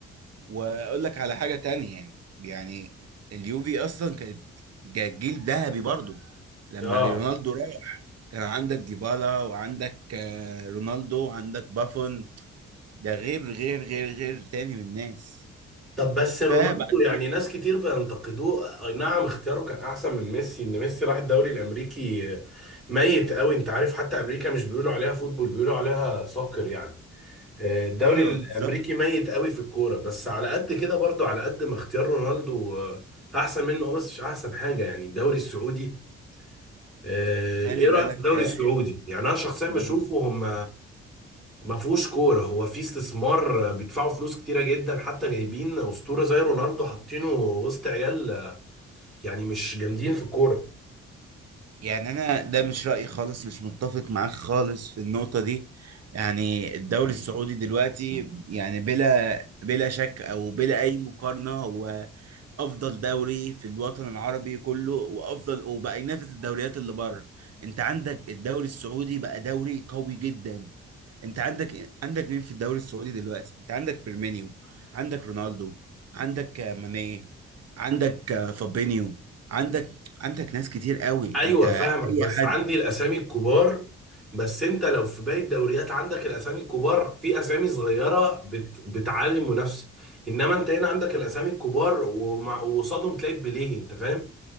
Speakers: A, on the right; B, in the centre.
A: واقول لك على حاجه تانية يعني اليوفي اصلا كانت جا- جيل ذهبي برضو لما
B: اه
A: رونالدو راح كان عندك ديبالا وعندك آه، رونالدو وعندك بافون ده غير غير غير غير تاني من الناس
B: طب بس
A: فبعد
B: رونالدو يعني
A: كده
B: ناس كتير بينتقدوه اي نعم اختياره كان احسن من ميسي ان ميسي راح الدوري الامريكي آه، ميت قوي انت عارف حتى امريكا مش بيقولوا عليها فوتبول بيقولوا عليها سوكر يعني آه، الدوري
A: ايوه
B: الامريكي
A: بالظبط
B: ميت قوي في الكوره بس على قد كده برضو على قد ما اختيار رونالدو آه، احسن منه آه، بس مش احسن حاجه يعني الدوري السعودي آه،
A: خلي
B: ايه
A: بالك
B: رايك في الدوري
A: آه،
B: السعودي يعني انا شخصيا بشوفه
A: ما ب...
B: هم ما فيهوش كوره هو في استثمار آه، بيدفعوا فلوس كتيره جدا حتى جايبين اسطوره زي رونالدو حاطينه وسط عيال آه، يعني مش جامدين في الكوره
A: يعني انا ده مش رأيي خالص مش متفق معاك خالص في النقطة دي يعني الدوري السعودي دلوقتي يعني بلا بلا شك او بلا اي مقارنة هو افضل دوري في الوطن العربي كله وافضل وبقى ينافس الدوريات اللي بره انت عندك الدوري السعودي بقى دوري قوي جدا انت عندك عندك مين في الدوري السعودي دلوقتي انت عندك فيرمينيو عندك رونالدو عندك آه، ماني عندك آه، فابينيو عندك عندك ناس كتير قوي
B: ايوه
A: انت
B: فاهمك
A: اي
B: بس
A: حد
B: عندي الاسامي الكبار بس انت لو في باقي الدوريات عندك الاسامي الكبار في اسامي صغيره بت... بتعلي المنافسه انما انت هنا عندك الاسامي الكبار ومع... وقصادهم تلاقي بليه انت فاهم